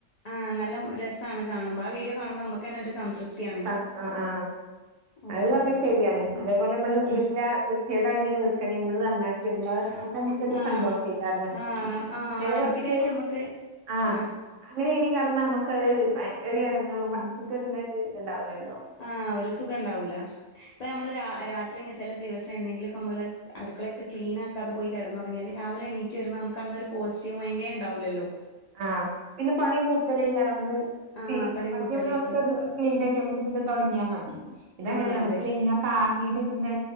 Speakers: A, on the left; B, on the right.
A: ആഹ് നല്ല ഉം രസാണ് കാണുമ്പം ആ വീഡിയോ കാണുമ്പം അമ്മക്കെന്നെ ഒര് സംതൃപ്തിയാണ്
B: സ- ആ ആ.
A: അതേപോലെ
B: അത് പറഞ്ഞ ശരിയാണ് അതേപോലെ നമ്മള് വീട്ടിലെ
A: ഉം
B: കേടായിരിക്കണത് നമ്മള് നന്നാക്കി വരുമ്പോ അപ്പൊ നമ്മക്കൊരു
A: ആഹ്
B: സന്തോഷമായി
A: ആഹ് നം ആഹ്
B: നേരെ
A: മാനസികായിട്ട്
B: മറിച്ചു
A: നമ്മക്ക്
B: ആ
A: ആഹ്
B: അങ്ങനെ ഇനിയും കെടന്നാ നമുക്ക് ഒരു എടങ്ങേറും മനസ്സ്‌ക്കൊരു ഇത്ണ്ടാവില്ലല്ലോ
A: ആ ഒരു സുഖം ഉണ്ടാവൂല ഇപ്പൊ നമ്മള് രാത്രിണീച്ചാല് ദിവസെന്നെങ്കിലൊക്കെ നമ്മള് അടുക്കളൊക്കെ ക്ലീനാക്കാതെ പോയി കിടന്നോറങ്ങിയാല് രാവിലെണീ വരുമ്പോ നമുക്കന്നൊരു പോസിറ്റീവ് മൈൻഡേണ്ടാവില്ലല്ലോ
B: ആ പിന്നെ പണിയും കൂടുതലയിക്കാരന്ന്‌
A: ആഹ് പണിയും
B: ബാക്കി
A: കൂടുതലായിരിക്കും
B: നമ്മക്കത് ക്ലീൻ ആക്കി നമുക്ക് പിന്നെ തുടങ്ങിയാൽ മതി ഇതങ്ങനെയല്ല
A: ആഹ്
B: നമ്മക്ക്
A: അതെ
B: ക്ലീൻ ക്കാക്കിട്ട് പിന്നെ